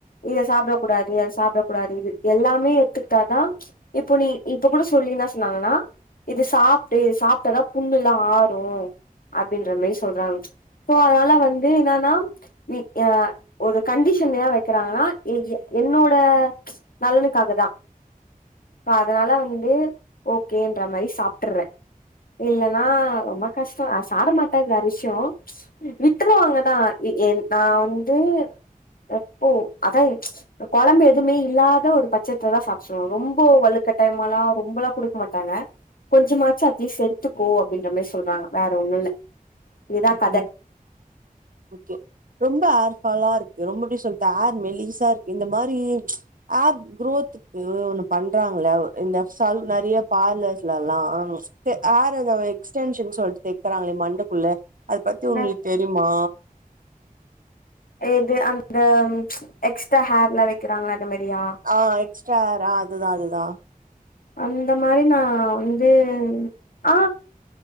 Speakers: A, on the left; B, on the right.
A: இத சாப்டக் கூடாது அத சாப்டக் கூடாது இது எல்லாமே ஏத்துக்கிட்டாதா இப்போ நீ இப்ப கூட சொல்லீ என்னா சொன்னாங்கன்னா இது சாப்ட்டு இது சாப்ட்டாதா புண்ணுல்லா ஆறு அப்டின்ற மாரி சொல்றாங்க சோ அதனால வந்து என்னான்னா நீ யா ஒரு கண்டிஷன் ஏ வைக்கிறாங்கன்னா இ ஏ என்னோட நலனுக்காகதா இப்ப அதனால வந்து ஓகேன்ற மாரி சாப்ட்டுர்றே இல்லன்னா ரொம்ப கஷ்டோ ஆ சாப்ட மாட்டே அது வேற விஷ்யோ விட்டுருவாங்கதா ஏ ஏ நா வந்து எப்போ அதா இப்ப கொழம்பு எதுவுமே இல்லாத ஒரு பச்சத்துலதா சாப்ட சொல்லுவாங்க ரொம்ப வழுக்கட்டாயமாலா ரொம்பல்லா குடுக்க மாட்டாங்க கொஞ்சமாச்சு அட்லீஸ் எடுத்துக்கோ அப்டின்ற மாரி சொல்றாங்க வேற ஒண்ணு இல்ல இதுதா
B: ஓக்கே
A: கத
B: ஓக்கே ரொம்ப ஹேர் ஃபாலா இருக்கு ரொம்ப எப்டி சொல்றது ஹேர் மெலீஸா இருக்கு இந்த மாரி ஹேர் க்ரோத்துக் ஏதோ ஒண்ணு பண்றாங்கல்ல இந்த சல் நெறைய பார்லர்ஸ்லல்லா இது ஹேர் ஏதோ எக்ஸ்டென்ஷன் சொல்ட்டு தக்கிறாங்களே மண்டைக்குள்ள அத பத்தி
A: என்ன
B: உங்களுக்கு தெரிமா
A: எது அந்த எக்ஸ்ட்ரா ஹேர்லா வைக்கிறாங்கல்ல அந்த மாரியா
B: ஆ எக்ஸ்ட்ரா ஹேர் ஆ அதுதா அதுதா
A: அந்த மாரி நா வந்து ஆ